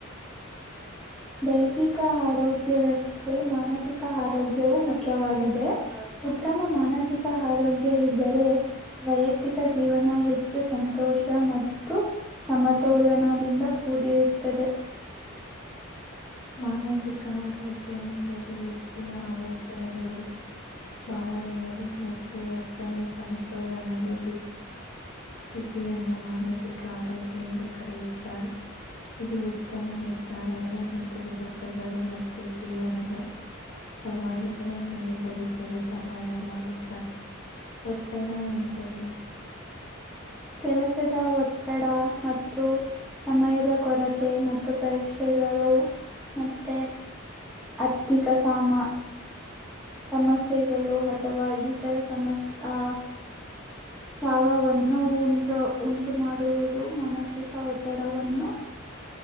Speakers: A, in the centre; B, on the left.
A: ದೈಹಿಕ ಆರೋಗ್ಯದಷ್ಟೇ ಮಾನಸಿಕ ಆರೋಗ್ಯವುೂ ಮುಖ್ಯವಾಗಿದೆ ಉತ್ತಮ ಮಾನಸಿಕ ಆರೋಗ್ಯ ಇದ್ದರೆ ವೈಯಕ್ತಿಕ ಜೀವನ ಹೆಚ್ಚು ಸಂತೋಷ ಮತ್ತು ಸಮತೋಲನದಿಂದ ಕೂಡಿರುತ್ತದೆ
B: ಮಾನಸಿಕ ಆರೋಗ್ಯ ಎಂದರೆ ವ್ಯಕ್ತಿಯ ಆಲೋಚನೆಗಳು ಭಾವನೆಗಳು ಮತ್ತು ವರ್ತನೆ ಸಮತೋಲನದಲ್ಲಿ ಸ್ಥಿತಿಯನ್ನು ಮಾನಸಿಕ ಆರೋಗ್ಯ ಎಂದು ಕರೆಯುತ್ತಾರೆ ಇದು ಉತ್ತಮ ನಿರ್ಧಾರಗಳನ್ನು ತೆಗೆದುಕೊಳ್ಳಲು ಮತ್ತು ಜೀವನದ ಸವಾಲುಗಳು ಎದುರಿಸಲು ಸಹಾಯ ಮಾಡುತ್ತಾರೆ ಒತ್ತಡ ಎಂದರೆ
A: ಕೆನ ಸ <unintelligible> ಒತ್ತಡ ಮತ್ತು ಸಮಯದ ಕೊರತೆ ಮತ್ತು ಪರೀಕ್ಷೆಗಳು ಮತ್ತೆ ಆರ್ಥಿಕ ಸಾಮ ಸಮಸ್ಯೆಗಳು ಅಥವಾ ಈ ತರ ಸಮಸ್ಯ ಆ ಸಾಲ ನ್ನು ಉಂಟು ಉಂಟು ಮಾಡುವುದು ಮನಸಿಕ ಒತ್ತಡವನ್ನು